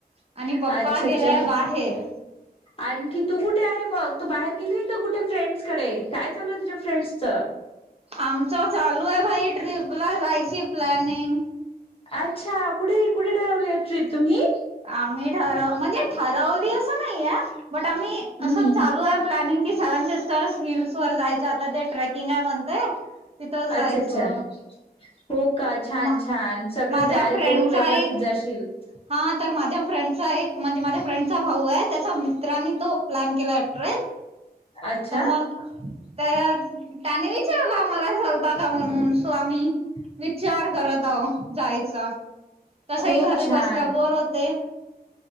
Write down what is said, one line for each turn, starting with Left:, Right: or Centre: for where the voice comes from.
Right: आणि पप्पा
Left: अच्छा
Right: गेलाय
Left: अच्छा
Right: बाहेर
Left: आणखी तू कुठे आहे मग तू बाहेर गेलीय का कुठे फ्रेंड्स कडे काय चालू आहे तुझ्या फ्रेंड्सच
Right: आमच चालू आहे भाई ट्र्रीप ला जायची प्लॅनिंग
Left: अच्छा कुठे कुठे ठरवली ट्र्रीप तुम्ही
Right: आम्ही ठरव म्हणजे ठरवली असं नाही बट आम्ही
Left: हम्म
Right: अस
Left: हम्म
Right: चालू आहे प्लनिंग की सेव्ह च हिल्स वर जायचं आता ते ट्रेकिंग आहे म्हणते तिथंच
Left: अच्छा
Right: जायचं.
Left: अच्छा हो का छान
Right: म
Left: छान सगळी
Right: माझ्या
Left: तयारी
Right: फ्रेंडचा
Left: करून व्यवस्थित
Right: एक
Left: जाशील.
Right: हा तर माझ्या फ्रेंडचा एक म्हणजे माझ्या फ्रेंडचा भाऊ आहे त्याचा मित्रांनी तो प्लॅन केला ट्रे.
Left: अच्छा
Right: तर मग त्या त्याने विचारलं मलालता का? म्हणून सो आम्ही विचार करत आहो जायचा. तसही
Left: खूप
Right: घरी
Left: छान
Right: बसल्या वर होते.